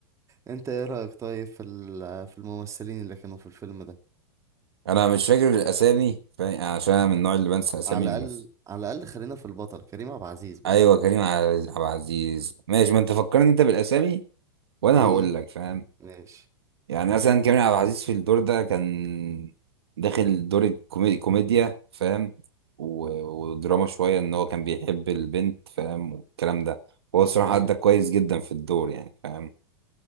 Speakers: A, on the right (about 25°); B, on the right (about 80°).
A: انت ايه رايك طيب في ال- في الممثلين اللي كانوا في الفيلم ده
B: انا مش فاكر الاسامي فاهم؟ عشان انا من النوع اللي بنسى اسامي
A: على الاقل
B: الممثل
A: على الاقل خلينا في البطل كريم عبد العزيز بس
B: ايوه كريم عز- عبد العزيز ماشي ما انت فكرني انت بالاسامي وانا
A: عيوني
B: هقول لك فاهم
A: ماشي
B: يعني مثلا كريم عبد العزيز في الدور ده كان داخل دور الكومي- كوميديا فاهم و- ودراما شوية ان هو كان بيحب البنت فاهم والكلام ده هو الصراحة
A: ايوه
B: أدى كويس جدا في الدور يعني فاهم